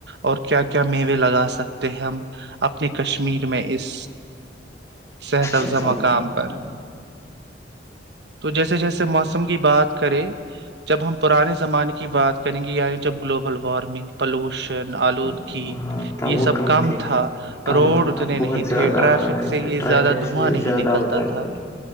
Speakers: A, on the right; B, on the left.
A: اور کیا کیا میوے لگا سکتے ہیں ہم اپنے کشمیر میں اس صحت افزہ
B: موسم
A: مقام پر
B: ہاں
A: تو جیسے جیسے موسم کی بات کریں جب ہم پرانے زمانے کی بات کریں گے یعنی جب گلوبل وارمنگ پلوشن آلودگی
B: ہاں ہاں، تھا
A: یہ
B: وہ
A: سب
B: کم
A: کام
B: تھے
A: تھا
B: کم
A: روڈ
B: تھا
A: اتنے
B: اب بہت
A: نہیں
B: زیادہ
A: تھے ٹریفک
B: ہو رہا
A: سے
B: تھا
A: یہ
B: ٹریفک
A: زیادہ دھواں
B: سے
A: نہیں
B: زیادہ
A: نکلتا
B: ہوتا ہے
A: تھا
B: تو